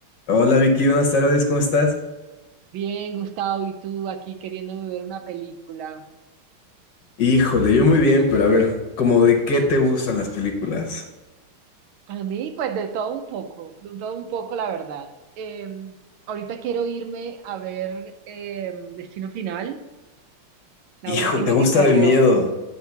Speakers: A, on the left; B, on the right.
A: Hola Vicky, buenas tardes, ¿cómo estás?
B: Bien, Gustavo, y tú aquí queriéndome ver una película.
A: Híjole, yo muy bien, pero a ver, ¿como de qué te gustan las películas?
B: A mí, pues de todo un poco, de todo un poco, la verdad. Eh, ahorita quiero irme a ver eh, Destino Final,
A: Hijo,
B: la última
A: ¿te gusta
B: que salió.
A: de miedo?